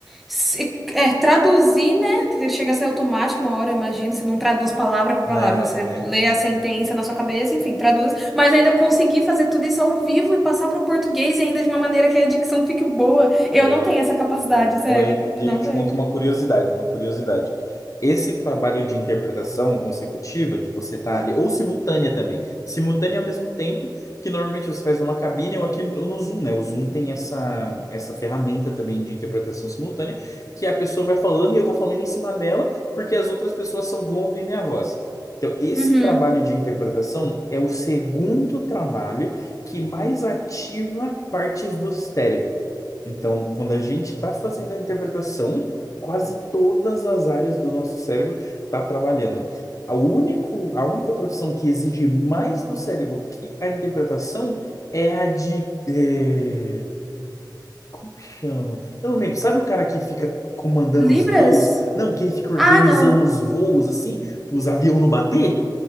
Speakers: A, in the centre; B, on the left.
A: se- é, traduzir, né? Porque Chega a ser automático uma hora, eu imagino. Você não traduz palavra por
B: Não,
A: palavra, você
B: é.
A: lê a sentença na sua cabeça, enfim, traduz. Mas ainda conseguir fazer tudo isso ao vivo e passar para o português ainda de uma maneira que a dicção fique boa. Eu
B: é,
A: não tenho essa capacidade, sério.
B: Olha,
A: Não
B: eu te
A: tenho.
B: conto uma curiosidade, uma curiosidade. Esse trabalho de interpretação consecutiva, de você estar ali, ou simultânea também, simultânea ao mesmo tempo, que normalmente você faz numa cabine ou aqui no no Zoom, né? O Zoom tem essa, essa ferramenta também de interpretação simultânea, que a pessoa vai falando e eu vou falando em cima dela, porque as outras pessoas só vão ouvir minha voz. Então, esse
A: Uhum.
B: trabalho de interpretação é o segundo trabalho que mais ativa partes do cérebro. Então, quando a gente está fazendo a interpretação, quase todas as áreas do nosso cérebro está trabalhando. A único, a única profissão que exige mais do cérebro que a interpretação é a de. é, Como que chama? Eu não lembro. Sabe o cara que fica comandando
A: Libras?
B: os voos? Não, que ele fica organizando
A: Ah, não.
B: os voos assim, para os aviões não bater?